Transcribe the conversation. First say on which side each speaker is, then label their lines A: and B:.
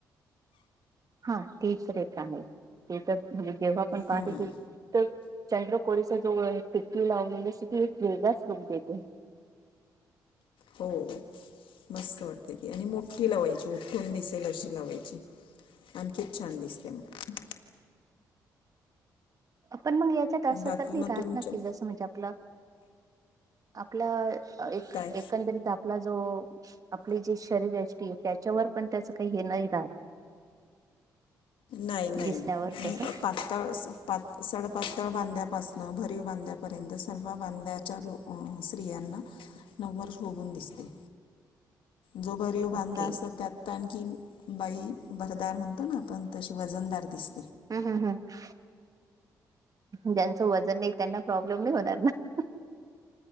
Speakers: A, on the right; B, on the left.
A: हा तीच रेखा आहे, ते तर म्हणजे जेव्हा आपण पाहतो
B: हम्म
A: ते तर चंद्र कोरीच्या जवळ आहे, टिकली लावलेली असते ती एक वेगळाच लुक देते.
B: हो मस्त वाटते ती आणि मोठी लावायची उठून दिसत. तेल अशी लावायची आणखी छान दिसते मग.
A: पण मग याच्यात असं
B: बाकी
A: तर नही
B: मग
A: राहत
B: तुमच्या
A: ना की जसं म्हणजे आपलं, आपलं. एक
B: काय
A: एकंदरीत आपला जो आपली जी शरीरयष्टी हे त्याच्यावर पण त्याच काही हे नाही राहत.
B: नाही, नाही
A: दिसण्यावर तसं
B: पातळ असा. सडपातळ बांध्यापासन, भरीव बांध्यापर्यंत सर्व बांध्याच्या लो स्त्रियांना नववार शोभून दिसते. जो बरीव बांधा
A: ओके
B: असतात त्यात आणखी बाई, भरदार म्हणतो ना आपण. तशी वजनदार दिस
A: हम्म हम्म हम्म ज्यांचं वजन नही, त्यांना प्रॉब्लेम नही होणार ना.